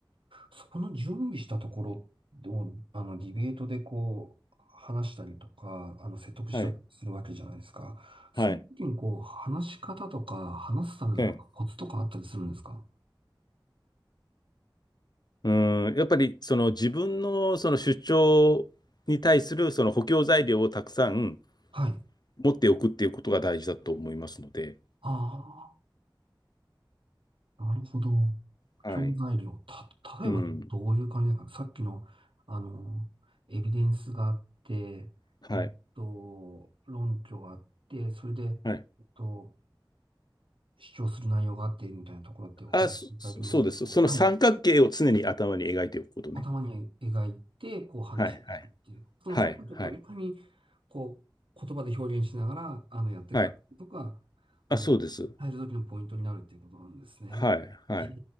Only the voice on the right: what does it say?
そこの準備したところを、あの、ディベートでこう、話したりとか、あの、説得したりするわけじゃないですか。
その時にこう、
話し方とか、話すためのなんかコツとかあったりするんですか
はい。
ああ、なるほど。
教材料。た、例えばどういう感じですかさっきの、
あの、エビデンスがあって、
えっと、論拠があって、それで、
えっと、主張する内容があって、みたいなところってお話しいただきましたけども、
はい。頭に描いて、こう話をするっていう。
そのその時をこういかに、
こう、言葉で表現しながら、あの、やっていくかとか、
あの、
入る時のポイントになるっていうことなんですね。
へ